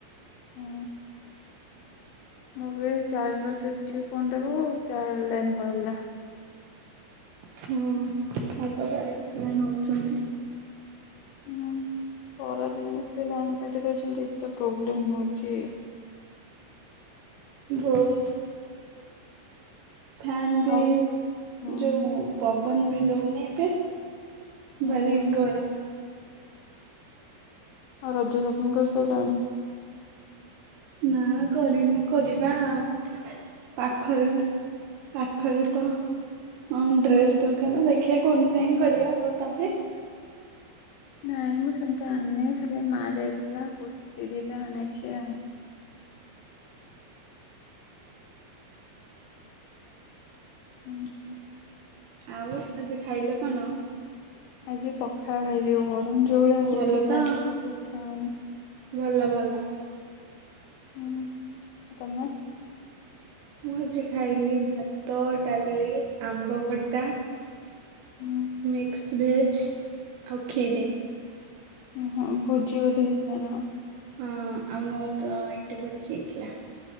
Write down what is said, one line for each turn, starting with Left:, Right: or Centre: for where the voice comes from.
Left: ହୁଁ। ମୁଁ ବି ଚାର୍ଜ ବସେଇଥିଲି ଫୋନ ଟାକୁ ଚାର ଲାଇନ ପଳଲା।
Right: ହୁଁ <unintelligible> ହଇରାଣ ହେଉଚନ୍ତି।
Left: ହୁଁ ପରଦିନରେ ଗୋଟେ ଲାଇନ୍ କାଟି ଦଉଛନ୍ତି ଏତେ ପ୍ରୋବ୍ଲେମ ହଉଚି।
Right: ବୋଉତ୍ ଫେନ ବି
Left: ଆଉ ହୁଁ
Right: ଯୋଉ ପବନ ବି ଦୋଉନି ଏତେ
Left: ହୁଁ
Right: ଭାରି ଗରମ।
Left: ଆଉ ରଜ ସପିଂ କରିସାଇଲଣି?
Right: ନା କରିନୁ କରିବା ଆଉ ପାଖରେ ଥ ପାଖରେ ତ ହଁ ଡ୍ରେସ ଦୋକାନ ଦେଖିବା କନୁନାଇଁ କରିବା ଆଉ ତମେ?
Left: ନାଇଁ ମୁଁ ସେମତି ଆଣିନି ଖାଲି ମା ଯାଇଥିଲା କୁର୍ତ୍ତୀ ଦିଟା ଆଣିଛି ଆଉ। ଉଁ
Right: ଆଉ ଆଜି ଖାଇଲ କଣ?
Left: ଆଜି ପଖାଳ ଖାଇଯି ଗରମ ଯୋଉ ଭଳିଆ ହଉଛି
Right: ଭଲ
Left: ଛାଡ଼
Right: ତ?
Left: କିଛି ଇଚ୍ଛା ହଉନି।
Right: ଭଲ ଭଲ।
Left: ହୁଁ ଆ ତମେ?
Right: ମୁଁ ଆଜି ଖାଇଲି ଭାତ, ଡାଲି, ଆମ୍ବଖଟା
Left: ହୁଁ
Right: ମିକ୍ସ ଭେଜ ଆଉ ଖିରି।
Left: ଓୁ ହଁ ଭୋଜି ବୋଧ ହେଇଥିଲା ନାଅ?
Right: ହଁ ଆମର ତ ଏଇଠି ବୋଜି ଏଇଥିଲା।